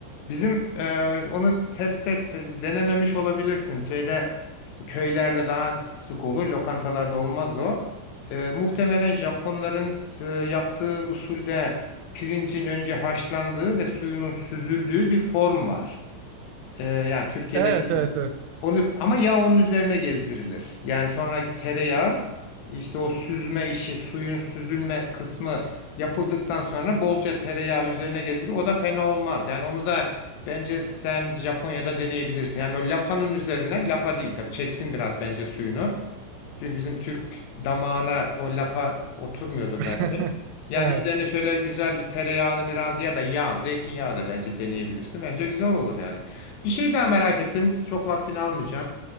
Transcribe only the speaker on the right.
Evet evet evet.
<laughs>
Evet.